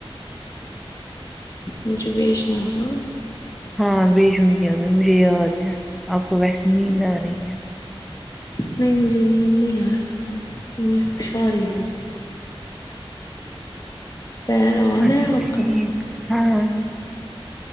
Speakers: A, on the left (about 35°); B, in the centre.
A: مجھے بیھجنا ہاں
B: ہاں بھیجوں گی ابھی مجھے یاد ہے آپ کو ویسے نیند آ رہی ہے
A: نہیں مجھے نیند نہیں آ رہی ہے میں اشار ہی ہوں فین آن
B: اچھا
A: ہے آپ
B: ٹھیک
A: کا
B: ہاں